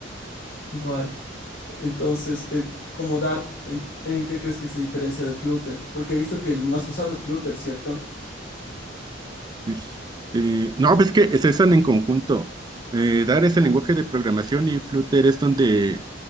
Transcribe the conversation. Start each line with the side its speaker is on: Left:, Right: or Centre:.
Left: igual. Entonces, eh, como Dart, ¿en, en qué crees que se diferencia de Flutter? Porque he visto que el más usado es Flutter, ¿cierto?
Right: Este, no, pues que se usan en conjunto. Eh, Dart es el lenguaje de programación y Flutter es donde,